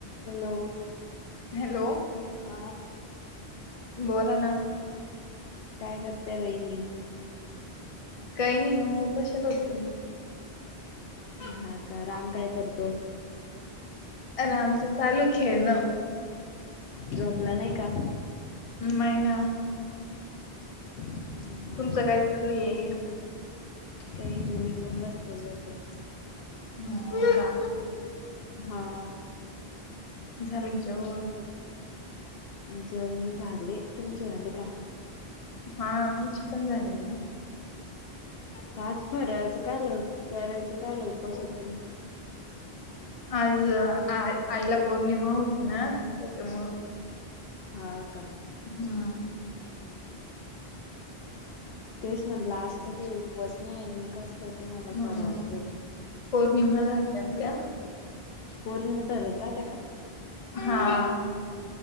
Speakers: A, on the left (about 70°); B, on the left (about 35°).
A: Hello
B: hello
A: हा!
B: बोला ना.
A: काय करताय वहिनी.
B: काही नाही हो बशाल होते.
A: हा का राम काय करतो?
B: रामचं चालु खेळणं.
A: झोपला नाही का?
B: मैना.
A: हा
B: तुमचं काय
A: का
B: चालू आहे?
A: काही नाही मी पण बसलेले होते.
B: हो का!
A: हा.
B: झालं का जेवण.
A: जेवणं झाले तुमचे झाले का?
B: हा आमचे पण झाले.
A: पाच फराळाचं काय लव करायचं काय ल करायचं काय ल उपास होतो.
B: आज आ -आईला पौर्णिमा होती ना त्याच्यामुळं.
A: हा का.
B: हा.
A: तेच म्हणलं आज त काही उपवास नाही, कस काय तुम्हाला
B: हम्म
A: फराळचय.
B: पौर्णिमा राहत्या आमच्या.
A: पौर्णिमा धरत राहते का
B: हा,